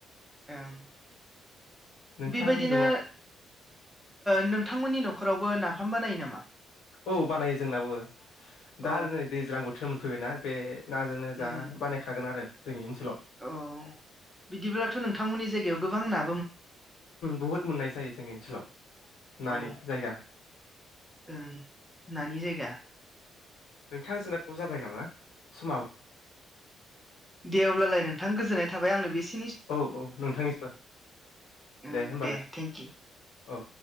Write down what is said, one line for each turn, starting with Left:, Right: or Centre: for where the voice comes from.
Centre: <unintelligible>
Left: नोंथां
Centre: बेबायदिनो
Left: जोंना
Centre: नोंथांमोननि नखर फोरावबो नाफाम बानायो नामा
Left: औ बानायो जोंनावो
Centre: औ
Left: दा आरो नै दैज्लां बोथोरमोन फैबायना आरो बे नाजोंनो
Centre: उम
Left: जा बानायखागोन आरो जोंनि ओनसोलाव
Centre: औ बिदिब्लाथ' नोंथांमोननि जायगायाव गोबां ना
Left: बुहुत मोननाय जायो जोंनि ओनसोलाव नानि
Centre: औ
Left: जायगा
Centre: ओं नानि जायगा
Left: नोंथांजोंना समा जाबाय नामा समाव
Centre: दे अब्लालाय नोंथां गोजोननाय थाबाय आंनो बेसे
Left: औ औ नोंथांनिबो
Centre: ओं
Left: दे होनबालाय
Centre: थेंकिउ।
Left: औ